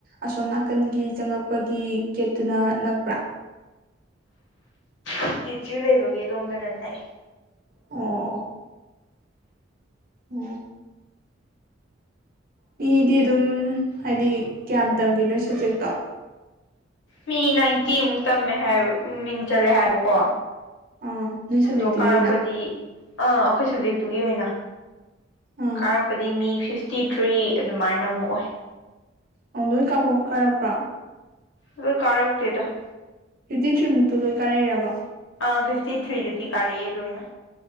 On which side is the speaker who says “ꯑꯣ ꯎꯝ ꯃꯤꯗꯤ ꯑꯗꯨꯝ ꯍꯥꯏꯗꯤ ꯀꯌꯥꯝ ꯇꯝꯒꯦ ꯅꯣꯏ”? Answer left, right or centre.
Right